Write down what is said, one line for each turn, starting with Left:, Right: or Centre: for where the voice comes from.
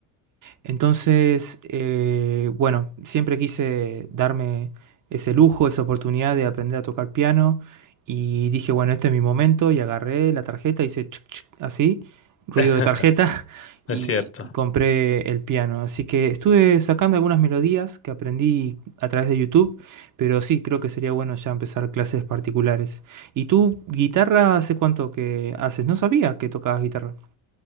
Right: Entonces, eh, bueno, siempre quise darme ese lujo, esa oportunidad de aprender a tocar piano y dije, bueno, este es mi momento y agarré la tarjeta, hice chuc, chuc, así, ruido
Left: <laughs>
Right: de tarjeta <laughs>
Left: Es
Right: y,
Left: cierto.
Right: y compré el piano. Así que estuve sacando algunas melodías que aprendí a través de YouTube, pero sí, creo que sería bueno ya empezar clases particulares. ¿Y tú, guitarra, hace cuánto que haces? No sabía que tocabas guitarra.